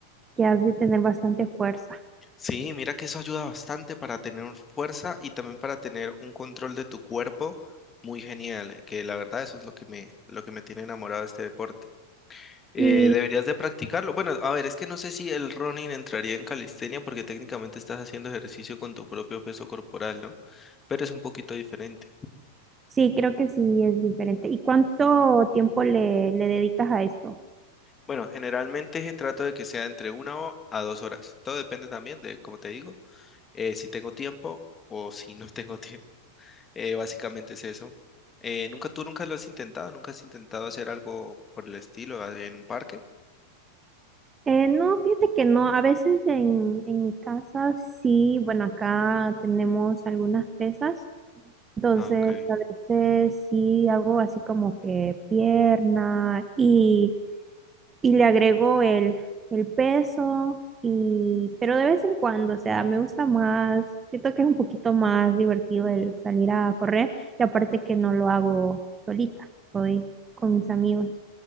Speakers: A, on the right; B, on the left.
A: que has de tener bastante fuerza.
B: Sí, mira que eso ayuda bastante para tener fuerza y también para tener un control de tu cuerpo muy genial, que la verdad eso es lo que me, lo que me tiene enamorado de este deporte. Eh,
A: Y
B: deberías de practicarlo. Bueno, a ver, es que no sé si el running entraría en calistenia porque técnicamente estás haciendo ejercicio con tu propio peso corporal, ¿no? Pero es un poquito diferente.
A: sí, creo que sí es diferente. ¿Y cuánto tiempo le, le dedicas a esto?
B: Bueno, generalmente trato de que sea entre una o- a dos horas. Todo depende también de, como te digo, eh, si tengo tiempo o si no <laughs> tengo tiempo. Eh, básicamente es eso. Eh, ¿nunca, tú nunca lo has intentado? ¿Nunca has intentado hacer algo por el estilo eh, en un parque?
A: Eh, no, fíjate que no. A veces en, en mi casa sí, bueno, acá tenemos algunas pesas. Entonces,
B: Ah, ok.
A: a veces sí hago así como que pierna y y le agrego el, el peso y pero de vez en cuando, o sea, me gusta más, siento que es un poquito más divertido el salir a correr y aparte que no lo hago solita, voy con mis amigos.